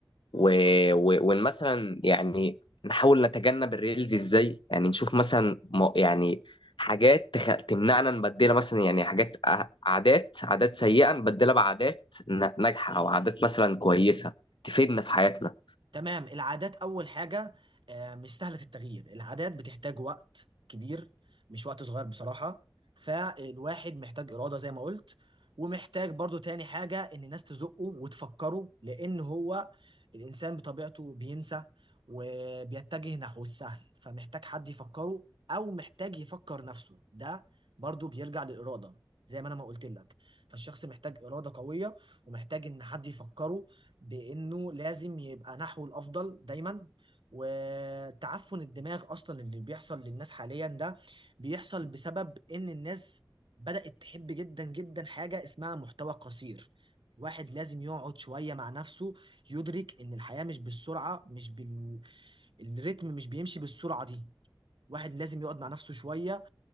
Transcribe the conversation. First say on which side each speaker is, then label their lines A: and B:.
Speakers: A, on the left (about 80°); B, on the right (about 75°).
A: و... و... وإن مثلا يعني نحاول نتجنب الريلز ازاي يعني نشوف مثلا م- يعني حاجات تخ... تمنعنا نبدلها مثلا يعني حاجات أ- عادات عادات سيئة نبدلها بعادات ن- ناجحة أو عادات مثلا كويسة تفيدنا في حياتنا
B: تمام العادات أول حاجة آه، مش سهلة التغيير العادات بتحتاج وقت كبير مش وقت صغير بصراحة فالواحد محتاج إرادة زي ما قلت ومحتاج برضو تاني حاجة إن الناس تزقه وتفكره لأن هو الإنسان بطبيعته بينسى وبيتجه نحو السهل فمحتاج حد يفكره أو محتاج يفكر نفسه ده برضو بيرجع للإرادة زي ما أنا ما قلت لك فالشخص محتاج إرادة قوية ومحتاج إن حد يفكره بانه لازم يبقى نحو الافضل دايما وتعفن الدماغ اصلا اللي بيحصل للناس حاليا ده بيحصل بسبب ان الناس بدأت تحب جدا جدا حاجة اسمها محتوى قصير واحد لازم يقعد شوية مع نفسه يدرك ان الحياة مش بالسرعة مش بال الريتم مش بيمشي بالسرعة دي واحد لازم يقعد مع نفسه شوية